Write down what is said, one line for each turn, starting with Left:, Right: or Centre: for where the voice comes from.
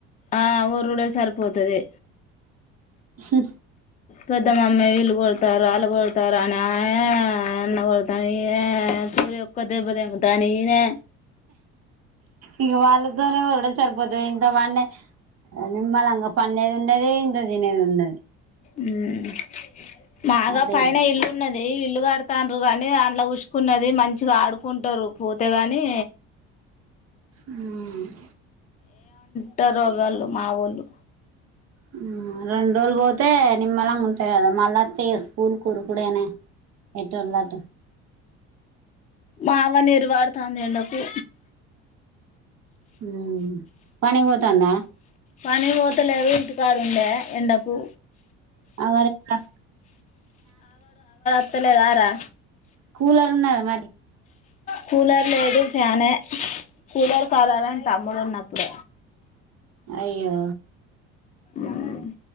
Left: ఆ వూరుడే సరిపోతది
Right: హూ
Left: పెద్ద మమ్మీ వీళ్ళు కొడతారు వాళ్ళు కొడతారు అని ఆమె అన్న కొడతాను ఈమె పూరి ఒక్క దెబ్బ దెగుతా ఈనే
Right: ఇగో వాళ్ళతోనే వరుడే సరిపోతది ఇంత పండే నిమ్మల్ అంగ పండేది ఉండది ఇంత తినేది ఉండది
Left: హుమ్ మాగా
Right: అదేదే
Left: పైన ఇల్లున్నది అదే ఇల్లుగడతారు గాని అండ్ల ఉసుకున్నది మంచిగా ఆడుకుంటారు పోతే గాని
Right: ఉమ్
Left: ట్టారు వాళ్ళు మా వొళ్ళు
Right: హుమ్ రెండు రోజులు పోతే నిమ్మలంగా ఉంటాయి కదా మళ్ళా తి స్కూల్ కుడు కుడేనే ఎటోళ్ళటు
Left: మామ నేరువాడుతంది ఎండకు
Right: హమ్మ్ పని వోద్ తందా
Left: పని పోతలేదు ఇంటికాడ ఉండే ఎండకు
Right: అగడు ఎట్లా
Left: అత్త లేదా రా
Right: కూలరున్నదా మరి
Left: కూలర్ లేదు ఫ్యానే కూలర్ కారాల తమ్ముడున్నప్ ఉడ
Right: అయ్యో
Left: ఉమ్